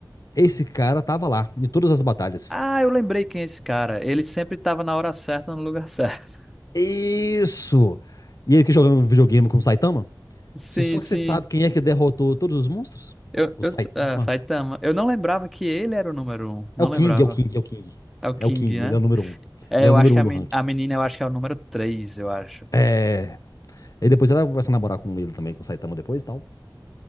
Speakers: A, on the left; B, in the centre.
A: esse cara tava lá, em todas as batalhas.
B: Ah, eu lembrei quem é esse cara. Ele sempre tava na hora certa, no lugar certo.
A: Isso! E ele que jogava um videogame com o Saitama?
B: <laughs> Sim,
A: Você- Só
B: sim.
A: que você sabe quem é que derrotou todos os monstros?
B: Eu,
A: O
B: eu,
A: Saitama.
B: ah, Saitama. Eu não lembrava que ele era o número um. Não
A: É o
B: lembrava.
A: King, é o King, é o King.
B: É o
A: É
B: King,
A: o King,
B: né?
A: ele é o número um.
B: É,
A: Ele
B: eu
A: é o número
B: acho que
A: um
B: a,
A: do
B: men-
A: ranking.
B: a menina, eu acho que é o número três, eu acho.
A: É. E depois ela vai se namorar com ele também, com o Saitama depois e tal.